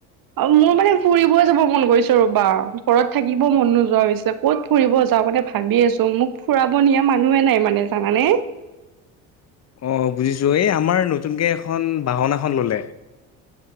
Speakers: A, on the right (about 50°); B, on the left (about 35°).
A: অ মোৰ মানে ফুৰিবই যাব মন গৈছে ৰ'বা ঘৰত থাকিব মন নোযোৱা হৈছে ক'ত ফুৰিব যাওঁ মানে ভাবি আছো মোক ফুৰাব নিয়া মানুহে নাই মানে জানানে
B: অঁ বুজিছোঁ এই আমাৰ নতুনকৈ এখন বাহন এখন ল'লে